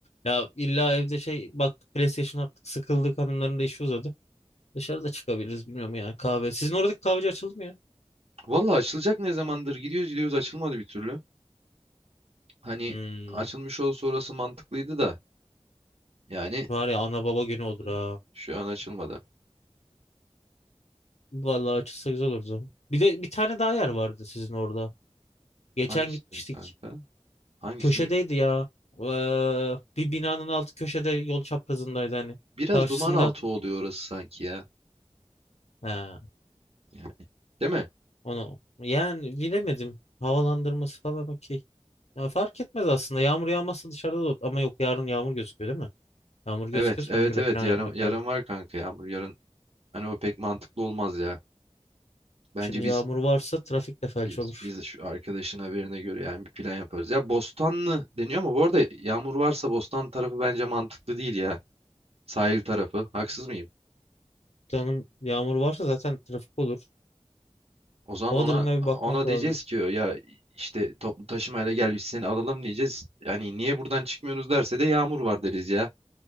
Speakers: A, on the left; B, on the right.
A: Ya illa evde şey bak PlayStation attık sıkıldık hanımların da işi uzadı. Dışarıda çıkabiliriz bilmiyorum ya kahve. Sizin oradaki kahveci açıldı mı ya?
B: Valla açılacak ne zamandır gidiyoruz gidiyoruz açılmadı bir türlü. Hani
A: Hmm,
B: açılmış olsa orası mantıklıydı da yani
A: var ya ana baba günü olur
B: hı hı,
A: ha.
B: şu an açılmadı.
A: Vallahi açılsa güzel olur o zaman. Bir de bir tane daha yer vardı sizin orada. Geçen
B: Hangisini
A: gitmiştik.
B: diyorum kanka? Hangisini
A: Köşedeydi
B: diyorum?
A: ya. Eee, bir binanın altı köşede yol çaprazındaydı hani.
B: Biraz
A: Karşısında
B: duman altı oluyor orası sanki ya.
A: he,
B: Yani, değil mi?
A: onu yani bilemedim. Havalandırması falan okey. Ya fark etmez aslında. Yağmur yağmazsa dışarıda da ama yok yarın yağmur gözüküyor değil mi? Yağmur gözüküyorsa
B: Evet, evet,
A: ona göre
B: evet.
A: plan
B: Yarın
A: yapmak
B: yarın
A: lazım.
B: var kanka Yağmur. Yarın hani o pek mantıklı olmaz ya. Bence
A: Şimdi
B: biz
A: yağmur varsa trafik de felç
B: biz,
A: olur.
B: biz şu arkadaşın haberine göre yani bir plan yaparız. Ya Bostanlı deniyor ama bu arada Yağmur varsa Bostan tarafı bence mantıklı değil ya. Sahil tarafı. Haksız mıyım?
A: Canım yağmur varsa zaten trafik olur.
B: O zaman
A: Hava
B: ona
A: durumuna bir bakmak
B: ona
A: lazım.
B: diyeceğiz ki ya işte toplu taşımayla gel biz seni alalım diyeceğiz. Yani niye buradan çıkmıyorsunuz derse de Yağmur var deriz ya.